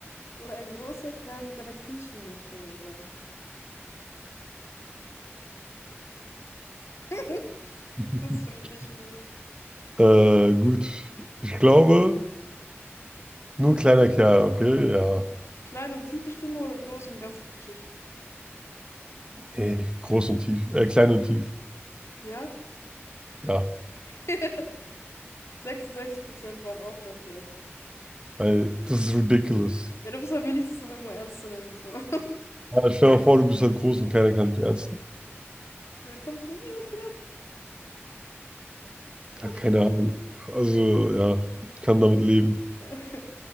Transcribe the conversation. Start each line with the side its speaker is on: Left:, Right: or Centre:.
Left: oder ein großer Kerl mit einer quietschenden Stimme sein? <laughs>
Right: <laughs>
Left: Das finde ich richtig gut.
Right: Äh, gut. Ich glaube, nur kleiner Kerl, okay? Ja.
Left: Kleine und tiefe Stimme oder groß und ganz quietschig?
Right: Nee, groß und tief. Äh, klein und tief.
Left: Ja?
Right: Ja.
Left: <laughs> 66% waren auch dafür.
Right: Weil das ist ridiculous.
Left: Ja, du bist halt wenigstens noch irgendwo ernst zu nehmen. So. <laughs>
Right: Ja, stell dir mal vor, du bist halt groß und keiner kann dich ernst.
Left: Ja, dann kommst du, hey, was geht ab? Mach
Right: Ja, keine
Left: dich kaputt.
Right: Ahnung. Also, ja, ich kann damit leben.
Left: <laughs>